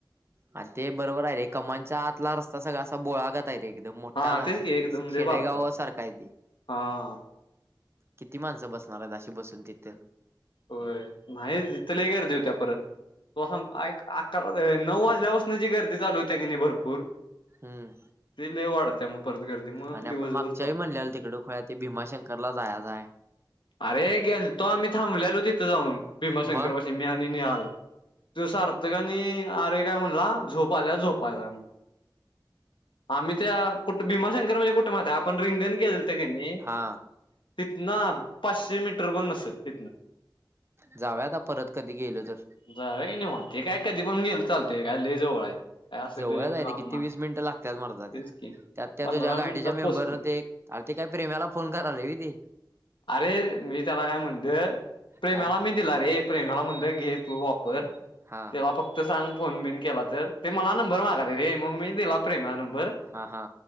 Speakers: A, on the right; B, on the left.
A: आणि ते बरोबर आहे रे कमांच्या आतला रस्ता सगळा असा बोळागत आहे रे. एकदम मोठा
B: हा
A: नाय
B: तेच
A: आहे
B: की एकदम
A: असं
B: लय
A: खेडेगाव
B: बारका
A: सारखा आहे ते.
B: हा
A: किती माणसं बसणार आहेत अशी बसून तिथं.
B: होय नाही तथ लय गर्दी होत्या परत. तो अकरा नऊ वाजल्यापासून जी गर्दी चालू होते कने भरपूर
A: हम्म
B: ती लय वाढत्या मग परत गर्दी मग
A: आणि
B: दिवसभर
A: आपण मागच्या
B: चालू
A: वेळी म्हणले तिकड खुळ्या ते भीमाशंकरला जायचय.
B: अरे गेल तो आम्ही थांबलेलो तिथं जाऊन भीमाशंकर.
A: मग
B: मी आणि निहाल तसारथ का आणि अर्य काय म्हणला झोपा आल्या झोपायचा म्हण. आम्ही त्या कु भीमा शंकर म्हणजे कुठ माहिते आपण रिंगन गेल नाही
A: हा
B: तिथन आत पाचशे मीटर पण नसेल तिथन
A: जाव्या आता परत कधी गेलो तर.
B: जाऊया की निवांत म्हणते काय कधी पण गेल चालते काय ल जवळ आहे. काय असं
A: जवळच
B: लय
A: आहे
B: लांब
A: ते किती
B: नाय
A: वीस मिनिटं लागतात.
B: तेच की
A: त्यात त्या
B: पंधरा
A: तुझ्या गाडीच्या
B: मिनिटात
A: मेंबर
B: पोचते
A: न ते आ ते काय प्रेम्याला फोन कराला व्हयते.
B: अरे मी त्याला काय म्हणदं प्रेमाला
A: काय
B: मी दिलरे प्रेमाला म्हणल घे तू वापर
A: हा.
B: त्याला फक्त सांग फोन बिन केला ते मला हा नंबर मागा र रे मग मी प्रेम चा हा नंबर.
A: हा हा.